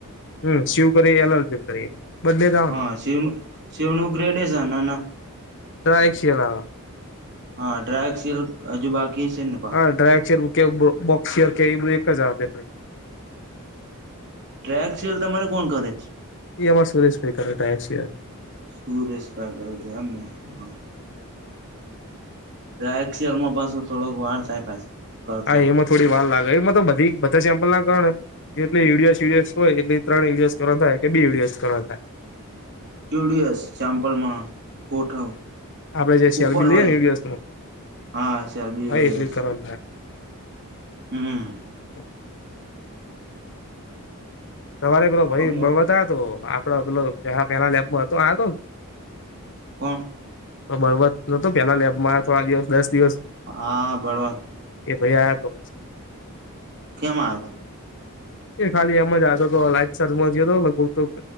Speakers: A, on the left (about 55°); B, on the right (about 50°).
A: હમ શિવવ કરીએ એલર્જી કરીએ બંને જ આવે
B: હા
A: ને
B: શૈનું શૈવનું ગ્રેડ છે ના ના.
A: ડ્રાયક્ષીલા.
B: હા ડ્રાયસિલ હજુ બાકી છે ને. પા
A: હા ડ્રાયગ ચેર કે બોક્સેર કે એ બધું એક જ નહી.
B: ડ્રગ સલ તમામેરે કોણ કરે છે.
A: એ અમાં સુરેશભાઈ ટાય છે.
B: સુરશ ક કર છેમને હ. રાાયક્ષરમાં પાછો થોડોક વાર થાય પાછી. કરતા
A: હા એમાં થોડી વાર લાગે એમાં તો બધી બધા સેમ્પલ ના ગણ જેટલે યરયસયસ હોય એટ. ત્રણ ઈડીએસ કર થાય કે બે ઈડીએસ કરવા થાય.
B: હા. યુડીએસ ચેમ્પલમાં ગોઠવ
A: આપડે જે સેલ્ફી
B: ઉપર
A: લઈએ
B: હોય.
A: ને વિડીયોસમાં
B: હા શાર બી
A: હા
B: ઉડી
A: એટલી
B: હસ.
A: કરવા
B: હા.
A: હ. તમારે પેલો ભાઈ
B: અમ
A: બતા તો આપડો પેલો પલા પેલા લેબમાં હતો આ હતો.
B: કોણ.
A: તો બળવત નોતો પેહલા લેબમાં થોડા દિવસ દસ દિવસ.
B: હા બળવાન.
A: એ ભાઈયા તો.
B: કેમ આવ.
A: એ ખાલી એમ જ આવ તો તો લાઈફ સલમાંયો હતો લગભગ